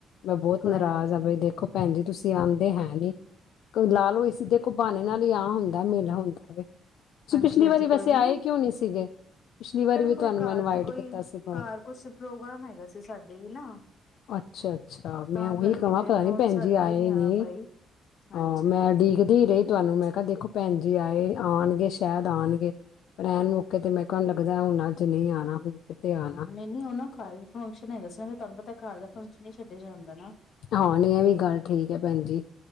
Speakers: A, on the left; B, on the left.
A: ਮੈਂ ਬਹੁਤ
B: ਕੋਈ
A: ਨਾਰਾਜ਼
B: ਗੱਲ ਨੀ
A: ਆਾਂ ਬਈ ਦੇਖੋ ਭੈਣ ਜ ਤੁਸੀਂ ਆਉਂਦੇ ਹੈ ਨੀ ਕੋਈ ਲਾਲ ਹੋਏ ਸੀ ਦੇ ਕੋਈ ਬਾਣੇ ਨਾਲ ਆਹ ਹੁੰਦਾ ਮੇਲਾ ਹੁੰਦਾ ਵੀ ਤੁਸੀਂ
B: ਹਾਂਜੀ
A: ਪਿਛਲੀ
B: ਹਾਂਜੀ
A: ਵਾਰੀ ਵੈਸੇ
B: ਕੋਈ ਨੀ
A: ਆਏ ਕਿਉਂ ਨਹੀ ਸੀਗੇ ਪਿਛਲੀ ਵਾਰੀ ਵੀ
B: ਕੋਈ
A: ਤੁਹਾਨੂੰ
B: ਘਰ
A: ਮੈਂ ਇਨਵਾਈਟ
B: ਦੀ ਕੋਈ
A: ਕੀਤਾ ਸੀਗਾ
B: ਘਰ ਕੁਛ ਪ੍ਰੋਗਰਾਮ ਹੈਗਾ ਸੀ ਸਾਡੇ ਵੀ ਨਾ
A: ਅੱਛਾ ਅੱਛਾ ਮੈਂ
B: ਤਾਂ
A: ਉਹੀ
B: ਕਰਕੇ
A: ਕਵਾਂ
B: ਫੇਰ
A: ਪਤਾ
B: ਮੈਂ
A: ਨੀ
B: ਉਹ
A: ਭੈਣ
B: ਛੱਡ
A: ਜੀ
B: ਕੇ
A: ਆਏ
B: ਆ
A: ਨੀ
B: ਪਾਈ ਹਾਂਜੀ
A: ਅਹ ਮੈਂ ਉਡੀਕਦੀ ਰਹੀ ਤੁਹਾਨੂੰ ਮੈਂ ਕਿਹਾ ਦੇਖੋ ਭੈਣ ਜੀ ਆਏ ਆਉਣ ਸ਼ਾਇਦ ਆਉਣਗੇ ਐਨ ਮੌਕੇ ਤੇ ਮੈਂ ਕਿਹਾ ਲੱਗਦਾ ਹੁਣ ਅੱਜ ਨਹੀਂ ਆਉਣਾ ਹੁਣ ਕਿਤੇ ਆਣਾ।
B: ਹਾਂ ਨਈਂ ਨਈਂ ਉਹਨੂੰ ਖਾਵੇ ਫੰਕਸ਼ਨ ਹੈਗਾ ਸੀ ਨਾ ਫੇ ਤੁਹਾਨੂੰ ਪਤਾ ਘਰ ਦਾ ਫੰਕਸ਼ਨ ਨਈਂ ਨਾ ਛੱਡਿਆ ਜਾਂਦਾ ਨਾ
A: ਹਾਂ ਨਹੀਂ ਵੀ ਗੱਲ ਠੀਕ ਹੈ ਭੈਣ ਜੀ